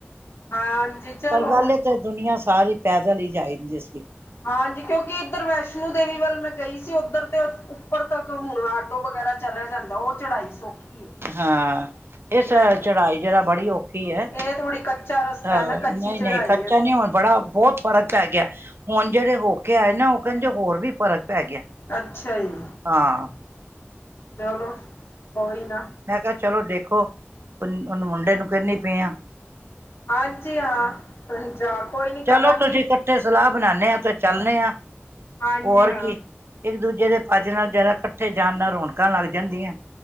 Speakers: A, on the left; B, on the right.
A: ਹਾਂਜੀ ਚਲੋ।
B: ਪਰ ਪਹਿਲੇ ਤੇ ਦੁਨੀਆਂ ਸਾਰੀ ਪੈਦਲ ਹੀ ਜਾਂਦੀ ਸੀ।
A: ਹਾਂਜੀ, ਕਿਉਂਕਿ ਇੱਧਰ ਵੈਸ਼ਨੋ ਦੇਵੀ ਵੱਲ ਮੈਂ ਗਈ ਸੀ, ਉੱਧਰ ਤੇ ਉੱਪਰ ਤੱਕ ਹੁਣ ਆਟੋ ਵਗੈਰਾ ਚਲੈ ਜਾਂਦਾ ਔ ਚੜਾਈ ਸੌਖੀ ਹੈ
B: ਹਾਂ। ਇਸ
A: ਵੈਸ
B: ਚੜਾਈ ਜਿਹੜਾ ਬੜੀ ਔਖੀ ਏ
A: ਇਹ ਥੋੜ੍ਹੀ ਕੱਚਾ ਰਸਤਾ
B: ਅਹ
A: ਹੈ ਨਾ ਕੱਚੀ
B: ਨਹੀਂ ਨਹੀਂ
A: ਚੜਾਈ
B: ਕੱਚਾ
A: ਹੈ
B: ਨੀ ਹੁਣ ਬੜਾ ਬੋਤ ਫ਼ਰਕ ਪੈ ਗਿਆ ਹੁਣ ਜਿਹੜੇ ਹੋ ਕੇ ਆਏ ਨੇ ਉਹ ਕੈੰਦੇ ਹੋਰ ਵੀ ਫ਼ਰਕ ਪੈ ਗਿਆ
A: ਅੱਛਾ ਜੀ
B: ਹਾਂ
A: ਚਲੋ ਕੋਈ ਨਾ
B: ਮੈਂ ਕਿਹਾ ਚਲੋ ਦੇਖੋ ਉਹਨੂੰ ਮੁੰਡੇ ਨੂੰ ਕਹਿਨੀ ਪਈ ਆਂ
A: ਹਾਂਜੀ ਹਾਂ ਜਾ ਕੋਈ ਨੀ
B: ਚਲੋ
A: ਕਰਾਂਗੀ
B: ਤੁਸੀਂ ਇਕੱਠੇ ਸਲਾਹ ਬਣਾਣੇ ਆ ਤੇ ਚੱਲੇ ਆ
A: ਹਾਂਜੀ
B: ਹੋਰ
A: ਹਾਂ
B: ਕੀ ਇੱਕ ਦੂਜੇ ਦੇ ਪੱਜ ਨਾਲ ਜਰਾ ਇਕੱਠੇ ਜਾਣ ਨਾਲ ਰੌਣਕਾਂ ਲੱਗ ਜਾਂਦੀਆਂ।